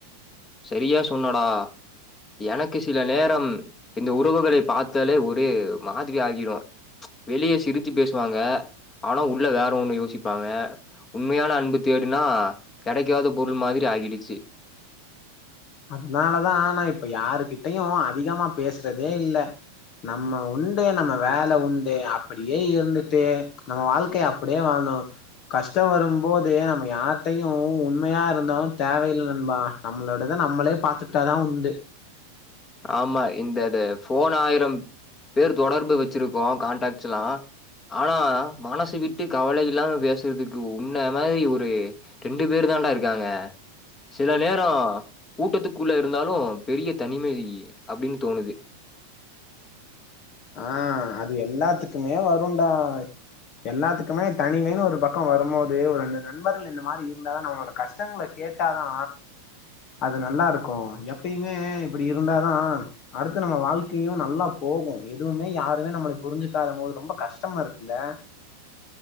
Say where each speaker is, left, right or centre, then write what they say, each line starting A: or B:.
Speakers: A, on the left; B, on the left.
A: சரியா சொன்னடா எனக்கு சில நேரம் இந்த உறவுகளை பாத்தாலே ஒரு மாதிரி ஆகிடு வெளிய சிரிச்சு பேசுவாங்க ஆனா உள்ள வேற ஒன்னு யோசிப்பாங்க உண்மையான அன்பு தேடுனா கெடைக்காத பொருள் மாதிரி ஆகிடுச்சு
B: அதுனாலதான நா இப்ப யாருகிட்டையு அதிகமா பேசுறதே இல்ல நம்ம உண்டு நம்ம வேல உண்டு அப்புடியே இருந்துட்டு நம்ம வாழ்க்கை அப்படியே வாழ்ந்தோ கஷ்ட வரும் போது நம்ம யார்டையு உண்மையா இருந்தாலு தேவையில்ல நண்பா நம்மளோ டத நம்மளே பாத்துட்டாதா உண்டு
A: ஆமா இந்தத ஃபோனாயிரம் பேர் தொடர்பு வச்சிருக்கோ கான்டாக்ட்ஸ் எல்லா ஆனா மனசு விட்டு கவல இல்லாம பேசுறதுக்கு உன்ன மாதிரி ஒரு ரெண்டு பேர் தான்டா இருக்காங்க சில நேர கூட்டத்துக்குள்ள இருந்தாலு பெரிய தனிமை அப்டின்னு தோணுது.
B: ஆ அது எல்லாத்துக்குமே வ ருன்டா எல்லாத்துக்குமே தனிமைன் ஒரு பக்க வரும்மோது ஒர் ரெண்டு நண்பர்கள் இந்த மாரி இருந்தாதா நம்மளோட கஷ்டங்கள கேட்டாதா அது நல்லாருக்கு எப் பயுமே இப்பிடி இருந்தாதா அடுத்து நம்ம வாழ்க்கையு நல்லா போகு எதுவுமே யாருமே நம்மள புரிஞ்சுக்காத போது ரொம்ப கஷ்டமா இருக்குல்ல